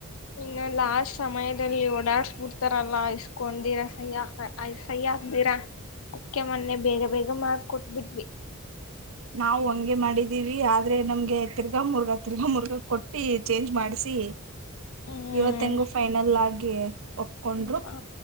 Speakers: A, on the left; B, on the right.
A: ಇನ್ನು ಲಾಸ್ಟ್ ಸಮಯದಲ್ಲಿ ಓಡಾಡ್ಸ್ಬಿಡ್ತಾರಲ್ಲ ಇಸ್ಕೊಳ್ಳದೆ ಸಹಿ ಹಾಕ ಸಹಿಹಾಕ್ದಿರಾ ಅದ್ಕ ಮೊನ್ನೆ ಬೇಗ ಬೇಗ ಮಾಡಿಕೊಟ್ಟಿದ್ವಿ
B: ನಾವು ಹಂಗೆ ಮಾಡಿದೀವಿ ಆದ್ರೆ ನಮ್ಗೆ ತಿರ್ಗಾ ಮುರ್ಗಾ ತಿರ್ಗಾ ಮುರ್ಗಾ ಕೊಟ್ಟ... ಈ ಚೇಂಜ್ ಮಾಡ್ಸಿ
A: ಹ್ಮ್
B: ಇವತ್ತ ಹೆಂಗು ಫೈನಲ್ ಆಗಿ ಎಯೇ ಒಪ್ಕೊಂಡ್ರು
A: ಹ